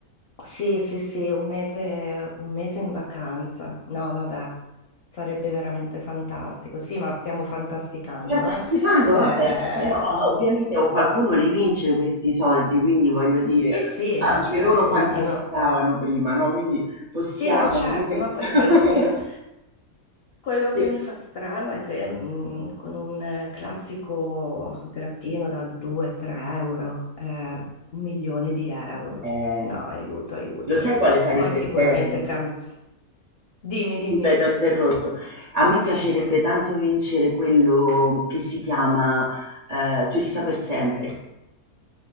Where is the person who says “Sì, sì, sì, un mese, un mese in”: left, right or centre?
Left